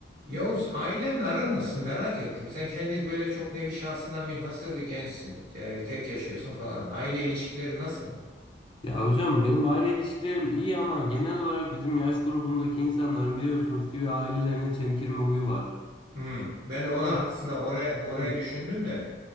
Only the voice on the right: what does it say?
Yavuz ailenle aran nasıl merak ettim. Sen kendi böyle çok nevi şahsına münhasır bir gençsin. Yani tek yaşıyorsun falan. Aile ilişkileri nasıl?
Hmm. Ben de
ona aslında oraya orayı
düşündüm de